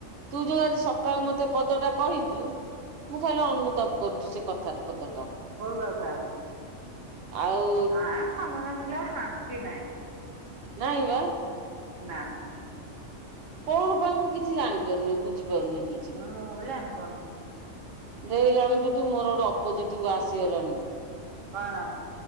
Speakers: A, on the right; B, on the right.
A: ତୁ ଯୋଉ ଆଜି ସକାଳେ ମତେ ପଦଟା କହିଛୁ, ମୁଁ ଖାଲି ଅନୁତାପ କରୁ ଚି ସେ କଥାର୍ ପଦଟା।
B: କୋଉ କଥା?
A: ଆଉ
B: ନାଁ ମନ <unintelligible> ଶାନ୍ତି ନାହିଁ।
A: ନାହିଁ ବା।
B: ନା।
A: କଣ ପାଇଁ ମୁଁ କିଛି ଜାଣିପାରୁନି ବୁଝିପାରୁନି କି
B: ହଁ ମୁଁ ବି ଜାଣିପାରୁନି।
A: ଦେଇ ଜାଣିଛୁ ଟି ମୋର ଗୋଟେ ଅପୋଜିଟ କୁ ଆସିଗଲାଣି।
B: କଣ?